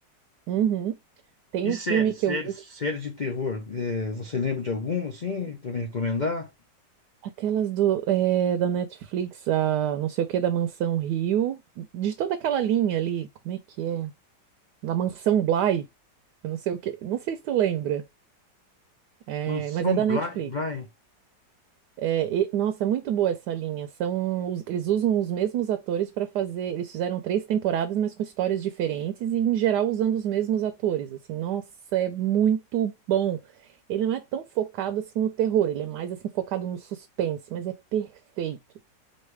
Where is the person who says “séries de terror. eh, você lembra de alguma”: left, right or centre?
Left